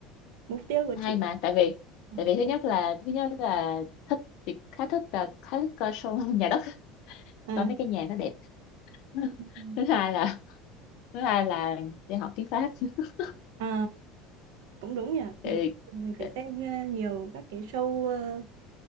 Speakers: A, on the right; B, on the left.
A: Mục tiêu của
B: hay
A: chị
B: mà
A: là
B: tại vì
A: à,
B: tại vì thứ nhất là thứ nhất là thích thì khá thích là khá thích coi show <laughs> nhà đất
A: à,
B: coi mấy cái nhà nó đẹp <laughs>
A: ừ.
B: thứ hai là thứ hai là đi học tiếng Pháp <laughs>
A: Ờ, cũng đúng nhỉ.
B: tại
A: Nhiều khi mình phải
B: vì,
A: xem ờ, nhiều các cái show ờ,